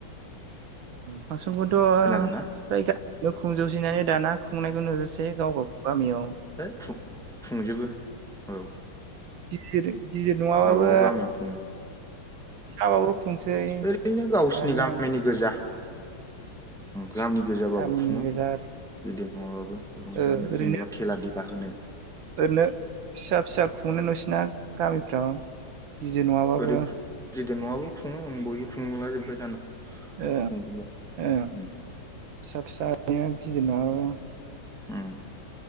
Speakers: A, on the right; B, in the centre.
A: फानसखौथ' फ्राय
B: खोनादोंना
A: गामियावनो खुंजोबसैनानै दाना खुंनायखौ नुसेै गाव गाव गामियाव।
B: है खुं‌ खुंजोबो औ।
A: गिदिर - गिदिर नङाबाबो
B: गावबागाव गामियाव खुंजोबो
A: फिसाबाबो खुंसै
B: ओरैनो गावसिनि
A: दानिया
B: गामिनि गोजा। गामि गोजाबाबो
A: गामिनि
B: खुङो
A: गोजा
B: गिदिर नङाबाबो रंजानो
A: ओरैनो
B: जेनेबा खेला-देला होनो।
A: ओरैनो फिसा-फिसा खुंनो नोंसिना गामिफ्राव बिदिर नङाबाबो
B: ओरै गिदिर नङाबाबो खुङो बयबो खुंलाजोबबाय दाना।
A: ओं
B: खुंजोबबाय
A: ओं फिसा
B: उम
A: फिसा‌ गिदिर नङाबाबो
B: ओम